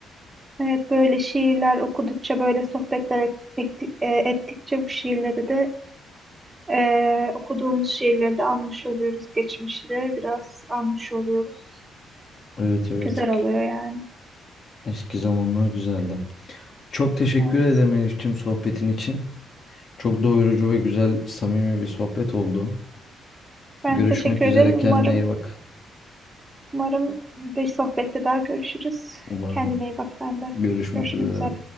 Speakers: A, on the right (about 15°); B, on the left (about 45°).
A: Evet böyle şiirler okudukça, böyle sohbetler et- etti- e, ettikçe bu şiirleri de e, okuduğumuz şiirleri de anmış oluyoruz. Geçmişi de biraz anmış oluyoruz.
B: Evet evet.
A: Güzel oluyor yani.
B: Eski zamanlar güzeldi. Çok teşekkür
A: Evet.
B: ederim Elifçim sohbetin için. Çok doyurucu ve güzel, samimi bir sohbet oldu.
A: Ben
B: Görüşmek
A: teşekkür
B: üzere.
A: ederim.
B: Kendine
A: Umarım
B: iyi bak.
A: Umarım bir sohbette daha görüşürüz.
B: Umarım
A: Kendine iyi bak sen de.
B: görüşmek
A: Görüşmek
B: üzere.
A: üzere.